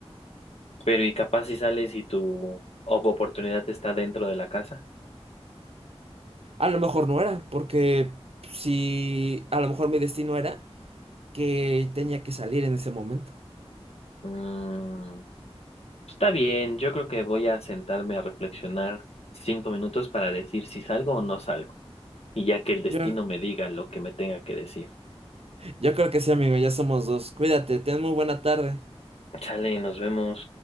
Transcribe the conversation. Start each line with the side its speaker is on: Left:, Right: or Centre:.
Left: Pero y capaz si sales y tu oportunidad está dentro de la casa.
Right: A lo mejor no era, porque si a lo mejor mi destino era que tenía que salir en ese momento.
Left: Mm, está bien, yo creo que voy a sentarme a reflexionar cinco minutos para decir si salgo o no salgo, y ya que el destino
Right: Yo,
Left: me diga lo que me tenga que decir.
Right: yo creo que sí, amigo, ya somos dos. Cuídate, ten muy buena tarde.
Left: Chale, nos vemos.